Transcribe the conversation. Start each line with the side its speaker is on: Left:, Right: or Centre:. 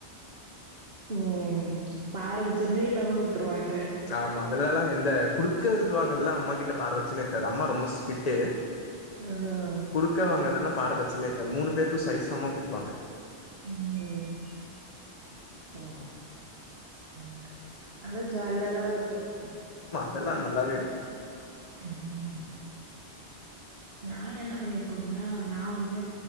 Right: உம் பார பச்சமே இல்லாம குடுத்துருவாங்
Left: ஆமா அதனால எல்லாம் எந்த குடுக்கல் வாங்குரதெல்லா அம்மா கிட்ட பாரபட்சமே இருக்காது அம்மா ரொம்ப ஸ்ட்ரிக்ட்டு
Right: ஆ
Left: குடுக்க வாங்கதுன்னா
Right: சரி
Left: பாரபட்சமே
Right: சரி
Left: இருக்காது மூணு பேருக்கு சரிசமமா குடுப்பாங்க
Right: உம் ஓ சரிங்க சார் ஆனா ஜாலியாதா இருந்தோம்
Left: தெரில நல்லாவே இருக்கு
Right: உம் நாங்க என்ன பண்ணிருக்கோம்னா நா வந்து